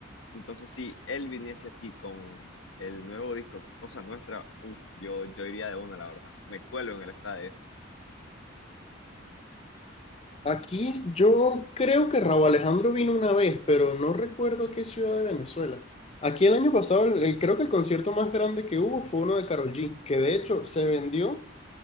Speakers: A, on the left; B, on the left.
A: Entonces, si él viniese aquí con el nuevo disco, que es Cosa Nuestra, uff, yo, yo iría de una, la verdad. Me cuelo en el estadio.
B: Aquí yo creo que Raúl Alejandro vino una vez, pero no recuerdo a qué ciudad de Venezuela. Aquí el año pasado, el- el- creo que el concierto más grande que hubo fue uno de Karol G, que de hecho se vendió